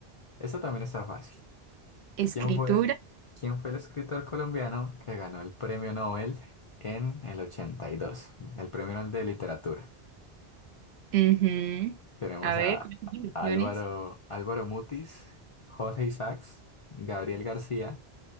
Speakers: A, on the left; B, on the right.
A: Esta también está fácil.
B: Escritura.
A: ¿Quién fue, quién fue el escritor colombiano que ganó el premio Nobel en el 82? El premio Nobel de literatura.
B: Ujú.
A: Tenemos
B: A ver,
A: a
B: ¿cuáles son las
A: Álvaro,
B: opciones?
A: Álvaro Mutis, Jorge Isaacs, Gabriel García